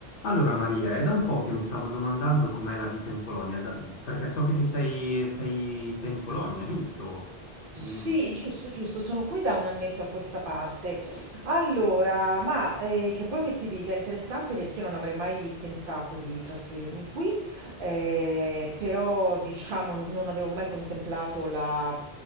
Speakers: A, on the left; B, on the right.
A: Allora Maria, è da un po' che mi stavo domandando com'è la vita in Polonia, da- perché so che ti sei, sei- sei in Polonia, giusto? Mm,
B: Sì, giusto, giusto, sono qui da un annetto a questa parte. Allora, ma eh, che vuoi che ti dica? È interessante perché io non avrei mai pensato di trasferirmi qui, eh, però diciamo non avevo mai contemplato la